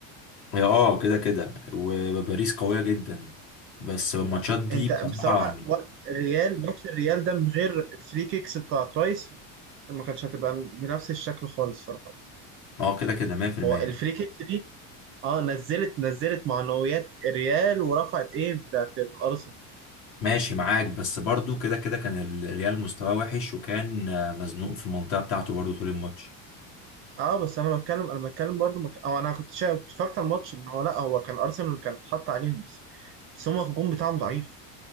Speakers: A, on the left (about 50°); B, on the right (about 35°).
A: هي اه كده كده وباريس قوية جدا بس الماتشات دي
B: انت
A: بصراحة
B: بصراحه و- الريال ماتش الريال ده من غير الفري كيكس بتاعت رايس ما كانتش هتبقى بنفس الشكل خالص الصراحه
A: اه كده كده 100%
B: هو الفري كيكس دي اه نزلت نزلت معنويات الريال ورفعت ايه بتاعت الارسنال
A: ماشي معاك بس برضو كده كده كان الريال مستواه وحش وكان آه، مزنوق في المنطقة بتاعته برضو طول الماتش
B: اه بس انا بتكلم انا بتكلم برضو مك... او انا كنت شايف كنت اتفرجت على الماتش ان هو لا هو كان ارسنال كان اتحط عليهم بس بس هما الهجوم بتاعهم ضعيف